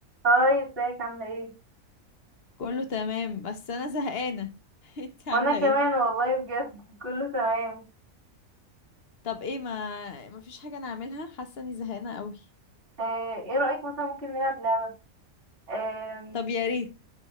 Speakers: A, on the right; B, on the left.
A: هاي ازيك عاملة ايه؟
B: كله تمام بس انا زهقانه <laughs> انت عامله
A: وانا كمان
B: ايه
A: والله بجد <laughs> كله تمام
B: طب ايه ما ما فيش حاجه نعملها حاسه اني زهقانه قوي
A: آه، ايه رأيك مثلا ممكن نلعب لعبة؟ آم،
B: طب يا ريت